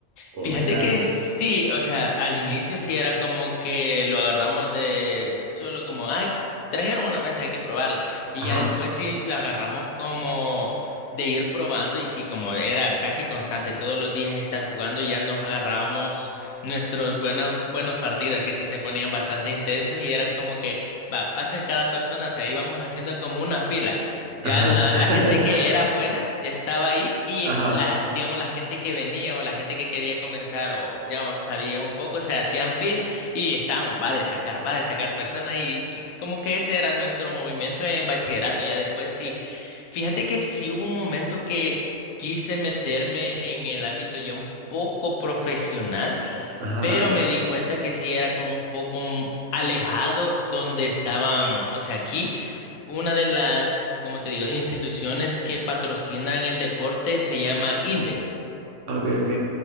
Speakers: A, on the right (about 60°); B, on the left (about 75°).
A: O
B: Fíjate
A: sea,
B: que sí, o sea, al inicio sí era como que lo agarramos de solo como, ay, trajeron una mesa, hay que probarla. Y
A: ajá,
B: ya después sí lo agarramos como de ir probando y sí, como era casi constante todos los días estar jugando, ya nos agarrábamos nuestros buenos, buenos partidos que sí se ponían bastante intensos y eran como que, va, pasen cada persona, o sea, íbamos haciendo como una fila. Ya
A: ajá.
B: la,
A: <laughs>
B: la gente que era buena ya estaba ahí y
A: Ajá.
B: la, digamos, la gente que venía o la gente que quería comenzar o ya o sabía un poco, se hacían fila y estábamos, va a sacar, va a sacar personas y que- como que ese era nuestro movimiento en bachillerato. Ya después sí, fíjate que sí hubo un momento que quise meterme en el ámbito ya un poco profesional,
A: Ajá.
B: pero me di cuenta que sí era como un poco mm, alejado donde estaban, o sea, aquí. Una de las, como te digo?, instituciones que patrocinan el deporte se llama Indes.
A: Ah, Ok, ok.